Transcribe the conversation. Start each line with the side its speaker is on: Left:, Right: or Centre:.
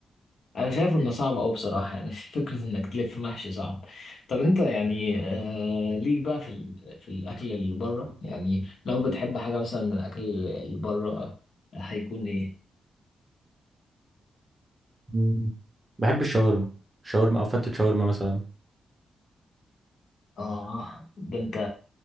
Left: انا شايف انه صعب قوي بصراحه يعني <laughs> فكره انك تلف محشي صعب طب انت يعني آه ليك بقى في ال... في الاكل اللي بره يعني لو بتحب حاجه مثلا من الاكل اللي بره هيكون ايه
Right: مم. بحب الشاورما شاورما أو فتة شاورما مثلا
Left: اه ده انت